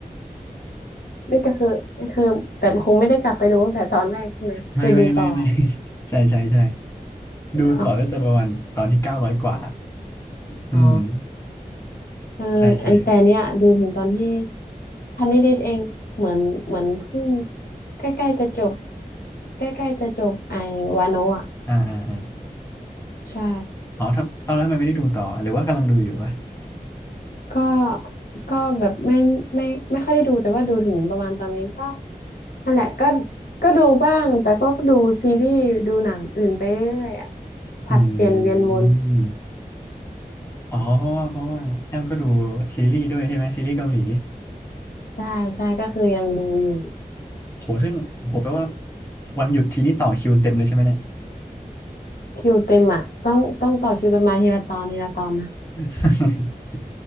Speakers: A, on the left; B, on the left.
A: นี่ก็คือคือแต่คงไม่ได้กลับไปดูตั้งแต่ตอนแรกใช่ไหม
B: <laughs> ไม่ไม่ไม่ไม่
A: คือดูต่อ
B: <laughs> ใช่ใช่ใช่
A: เอ๋อ
B: ดูต่อแล้วจะประมาณตอนที่เก้าร้อยกว่าอืม
A: ๋อเอออันแต่เนี้ยดูถึงตอนที่
B: ใช่ใช่
A: พันนิดๆเอง เหมือนเหมือนเพิ่งใกล้ๆจะจบใกล้ๆจะจบไอวาโนะอ่ะ
B: อ่าอ่าอ่า
A: ใช่
B: อ๋อทำเอาแล้วทำไมไม่ได้ดูต่อหรือว่ากำลังดูอยู่วะ
A: ก็ก็แบบไม่ไม่ไม่ค่อยได้ดูแต่ว่าดูถึงประมาณตอนนี้ก็นั่นแหละก็ก็ดูบ้างแต่ก็ดูซีรีส์ดูหนังอื่นไปเรื่อยๆอ่ะผัดเปลี่ยนเวียนวน
B: อืมอ๋อเพราะว่าเพราะว่าแอมก็ดูซีรีส์ด้วยใช่ไหมซีรีส์เกาหลี
A: ใช่ใช่ก็คือยังดูอยู่
B: โหซึ่งโหแปลว่าวันหยุดทีนี้ต่อคิวเต็มเลยใช่ไหมเนี่ย
A: คิวเต็มอ่ะต้องต้องต่อคิวกันมาทีละตอนทีละตอนนะ
B: <laughs>